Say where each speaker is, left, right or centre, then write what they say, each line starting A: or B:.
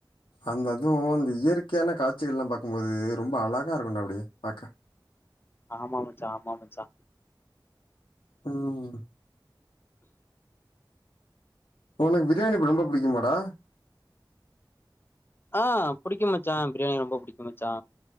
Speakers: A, on the left; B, on the left.
A: அந்த அதுவும் அந்த இயற்கையான காட்சிகள் எல்லா பாக்கும்போது ரொம்ப அழகா இருக்கும்ண்டா அப்டியே பாக்க
B: ஆமா மச்சா ஆமா மச்சா
A: ம் <inaudible> உனக்கு பிரியாணி ரொம்ப பிடிக்கும்மாடா
B: ஆ புடிக்குமே மச்சா பிரியாணி ரொம்ப பிடிக்கும் மச்சா